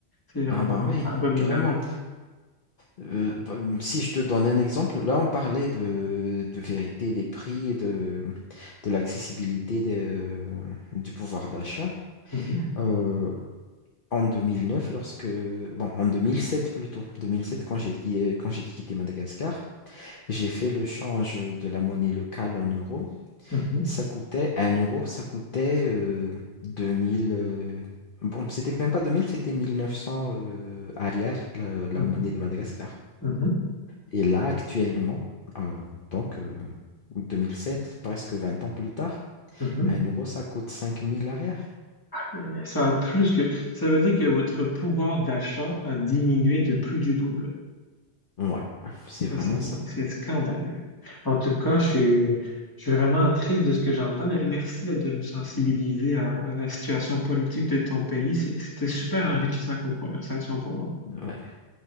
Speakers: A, on the left (about 20°); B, on the left (about 55°).
A: C'est vraiment
B: Ah ben oui,
A: abominable.
B: carrément. Euh, bah, si je te donne un exemple, là on parlait de, de vérité des prix et de, de l'accessibilité de- du pouvoir d'achat.
A: Mhm,
B: Euh, en 2009, lorsque... Bon, en 2007 plutôt. deux mille sept quand j'ai qui- euh, quand j'ai quitté Madagascar, j'ai fait le change de la monnaie locale en euros.
A: mhm,
B: Ça coûtait un euro, ça coûtait euh, 2000. euh, Bon, c'était même pas 2000, c'était 1900 euh, arrière, la, la
A: mhm,
B: monnaie de Madagascar.
A: mhm,
B: Et là, actuellement, euh, donc euh, 2007, presque 20 ans plus tard,
A: mhm.
B: un euro, ça coûte 5000 arrière.
A: Aïe, aïe, Ça a plus que, ça veut dire que votre pouvoir d'achat a diminué de plus du double.
B: Ouais, c'est vraiment
A: Ça, c'est
B: ça.
A: c'est scandaleux. En tout cas, je suis, je suis vraiment triste de ce que j'entends. mais Merci là, de me sensibiliser à, à la situation politique de ton pays. C'est- C'était super enrichissant comme conversation pour moi.
B: Ouais.